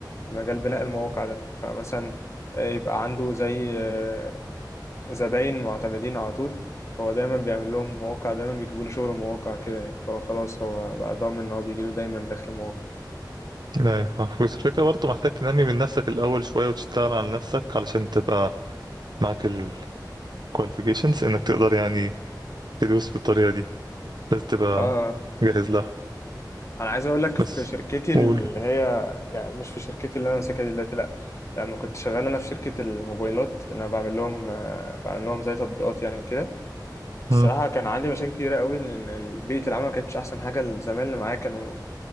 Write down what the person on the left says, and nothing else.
مجال بناء المواقع ده فمثلا آه، يبقى عنده زي آه، زباين معتمدين على طول هو دايما بيعمل لهم مواقع دايما بيجيبوا له شغل مواقع كده يعني فهو خلاص هو بقى ضامن ان هو بيجي له دايما دخل مواقع
اه آه.
انا عايز اقول لك
في شركتي اللي
هي يعني مش في شركتي اللي انا ماسكها دلوقتي لا يعني لما كنت شغال انا في شركة الموبايلات اللي انا بعمل لهم آه، بعمل لهم زي تطبيقات يعني وكده الصراحة
كان عندي مشاكل كبيرة قوي لأن بيئة العمل ما كانتش أحسن حاجة الزمايل اللي معايا كانوا